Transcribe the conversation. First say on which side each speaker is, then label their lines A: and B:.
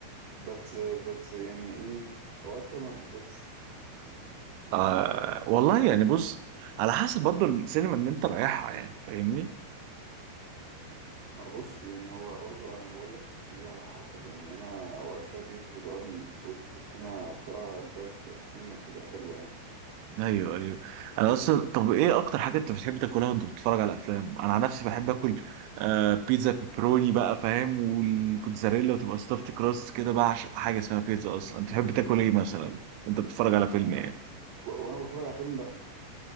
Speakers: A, on the right; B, on the right.
A: بس بس يعني ايه اوقات كده ما بيظبطش
B: آه والله يعني بص على حسب برضو السينما اللي انت رايحها يعني فاهمني
A: ما بص يعني هو برضو انا بقول لك هي على حسب يعني انا اوقات كده بيظبط اوقات ما بيظبطش بس انا بصراحه الفايبس بتاعت السينما بتبقى حلوه يعني
B: ايوه ايوه انا اصلا طب ايه اكتر حاجه انت بتحب تاكلها وانت بتتفرج على افلام انا عن نفسي بحب اكل آه بيتزا بيبروني بقى فاهم والكوتزاريلا وتبقى ستافت كراست كده بقى عشان حاجه اسمها بيتزا اصلا انت بتحب تاكل ايه مثلا وانت بتتفرج على فيلم
A: انا
B: ايه
A: و- وانا بتفرج على فيلم ب-